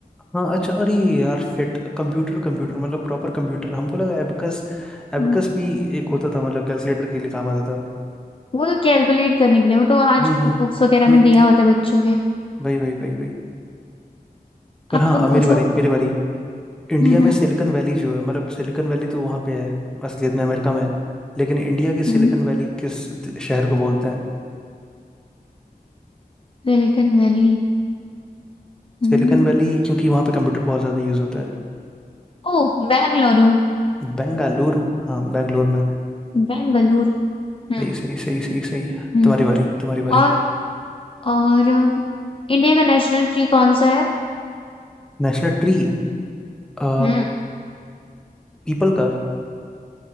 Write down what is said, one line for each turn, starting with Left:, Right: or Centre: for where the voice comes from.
Centre: हाँ अच्छा अरे यार शिट कंप्यूटर कंप्यूटर मतलब प्रॉपर कंप्यूटर हमको लगा एबेकस एबेकस
Left: हम्म,
Centre: भी एक होता था मतलब कैलकुलेटर के लिए काम आता था
Left: वो तो कैलकुलेट करने के लिए वो तो आज
Centre: हम्म हम्म
Left: बुक्स वगैरह
Centre: हम्म,
Left: में दिया होता है बच्चों के
Centre: वही वही वही वही पर
Left: अब
Centre: हाँ
Left: तुम
Centre: अब
Left: पूछो
Centre: मेरी बारी मेरी बारी इंडिया
Left: हम्म
Centre: में
Left: हम्म
Centre: सिलिकन वैली जो है मतलब सिलिकन वैली तो वहाँ पे है असलियत में अमेरिका में है लेकिन इंडिया की सिलिकन
Left: हम्म
Centre: वैली किस द- शहर को बोलते हैं
Left: Silicon Valley हम्म
Centre: सिलिकन वैली क्योंकि वहाँ पे कंप्यूटर बहुत ज़्यादा यूज़ होता है
Left: ओ बेंगलुरु
Centre: बेंगालुरु हाँ बेंगलोर में
Left: बेंगलुरु हम्म
Centre: सही सही सही सही सही
Left: हम्म
Centre: तुम्हारी बारी तुम्हारी बारी
Left: और और अम, इंडिया का नेशनल ट्री कौन सा है
Centre: National tree आ
Left: हम्म
Centre: पीपल का